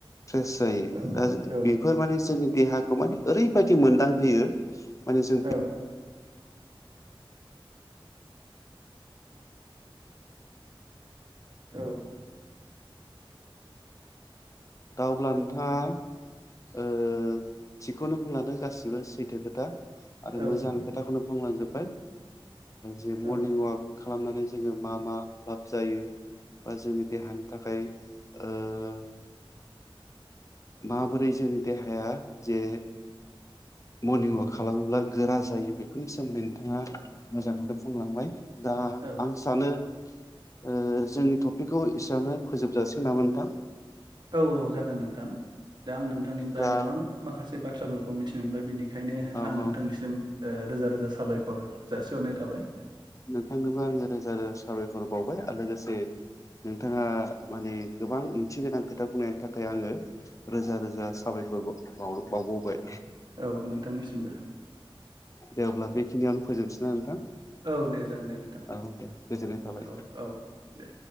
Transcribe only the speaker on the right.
औ
औ
औ औ
औ
औ
औ
औ औ जागोन नोंथां दा आं नोंथांनिफ्राय
गोबां माखासे बाथ्राफोरखौ खौ मिथिनो मोनबाय बिनिखायनो
आं नोंथांनिसिम
ओ रोजा रोजा साबायखर जासिहरनाय थाबाय।
औ नोंथांनिसिमबो
औ दे जागोन दे नोंथां
औ औ दे